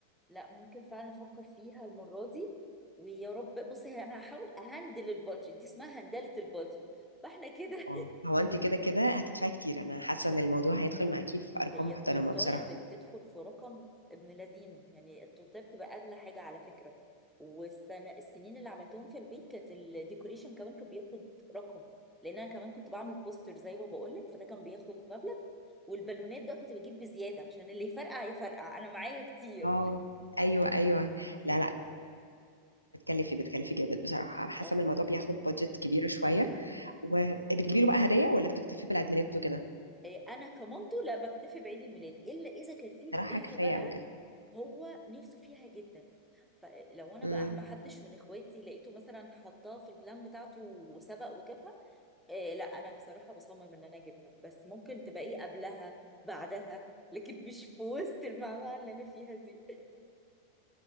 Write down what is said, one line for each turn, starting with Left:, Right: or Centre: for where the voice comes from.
Centre: لا ممكن فعلا افكر فيها المره دي ويا رب بصي هي انا هحاول اهندل البادجت دي اسمها هندله البادجت فاحنا كده
Right: اه هو انت كده كده هتدفعي كتير أنا حاسة إن الموضوع هيدخل
Centre: <laughs> اه
Right: معاكي في أرقام
Centre: هي
Right: محترمة
Centre: التورتايه
Right: بصراحة
Centre: اللي بتدخل في رقم ابن لذينه يعني التورتايه بتبقى اغلى حاجه على فكره والسنه السنين اللي عملتهم في البيت كانت الديكوريشن كمان كان بياخد رقم لان انا كمان كنت بعمل بوستر زي ما بقول لك فده كان بياخد مبلغ والبالونات ده كنت بجيب بزياده عشان اللي يفرقع يفرقع انا معايا كتير
Right: اه ايوه ايوه لا لا بتكلفي بتكلفي جامد بصراحه حاسه
Centre: اه
Right: ان الموضوع بياخد بادجت كبيره شويه وبتجيبي له بقى هدايا ولا بتكتفي بالعيد ميلاد وكده
Centre: إيه، انا كمامته لا بكتفي بعيد الميلاد الا اذا كان فيه
Right: بصراحه
Centre: هديه
Right: كفايه
Centre: بقى
Right: قوي كده
Centre: هو نفسه فيها جدا فلو انا
Right: امم.
Centre: بقى ما حدش من اخواتي لقيته مثلا حطها في البلان بتاعته وسبق وجابها إيه لا انا بصراحه بصمم ان انا اجيبها بس ممكن تبقى ايه قبلها بعدها لكن مش في وسط المعمعه اللي انا فيها دي